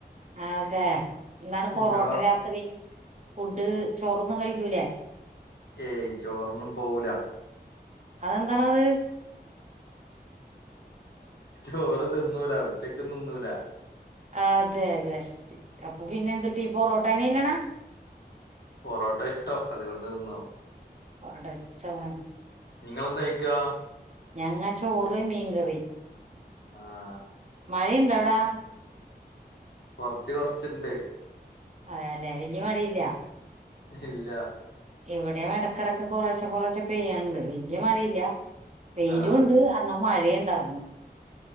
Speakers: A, on the right; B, on the left.
A: അതെ എന്താണ് പൊറോട്ട
B: നിങ്ങളോ
A: രാത്രി ഫുഡ് ചോറൊന്നും കഴിക്കൂലേ
B: ഏയ് ചോറൊന്നും പോവൂല
A: അതെന്താണത്
B: ചോറ് തിന്നൂല ഉച്ചക്കും തിന്നൂല
A: അതെ ബെസ്റ്റ് അപ്പൊ പിന്നെ എന്തുട്ട് ഈ പൊറോട്ടനെന്നണെ
B: പൊറോട്ട ഇഷ്ടം അതുകൊണ്ട് തിന്നാ
A: വടച്ചവൻ
B: നിങ്ങളെന്തായിക്കാ
A: ഞങ്ങ ച്ചോറ് മീൻകറി
B: ആഹ്
A: മഴയിണ്ടവ്ടാ
B: കൊറ്ച്ച് കൊറ്ച്ചിണ്ട്
A: അതെല്ലെ വല്യ മഴയില്ല
B: ഇല്ല
A: എവിടെം ഇടക്കിടക്ക് കുറേശെ കൊറേശ പെയ്യ്ണ്ട് വല്യ മഴയില്ല വെയിലുണ്ട്
B: ആ
A: അന്നാ മഴയുണ്ടാർന്നു